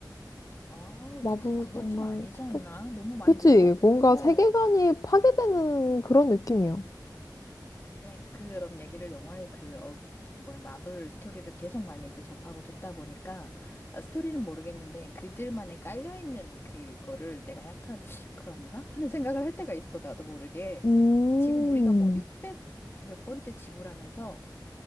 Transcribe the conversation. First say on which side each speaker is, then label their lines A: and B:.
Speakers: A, on the left (about 30°); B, on the left (about 50°).
A: 아,
B: 마블
A: 그, 그건
B: 정말
A: 좀 아니지
B: 끝도
A: 않나?
B: 없어.
A: 너무 많이
B: 그치?
A: 늙었고.
B: 뭔가 세계관이 파괴되는 그런 느낌이야.
A: 근데 그런 얘기를 영화의 그 어, 뭐야 마블 스토리를 계속 많이 이제 접하고 듣다 보니까 아, 스토리는 모르겠는데 그들만의 깔려 있는 그거를 내가 약간 그런가 하는 생각을 할 때가 있어 나도 모르게
B: 음,
A: 지금 우리가 뭐 600 몇 번째 지구라면서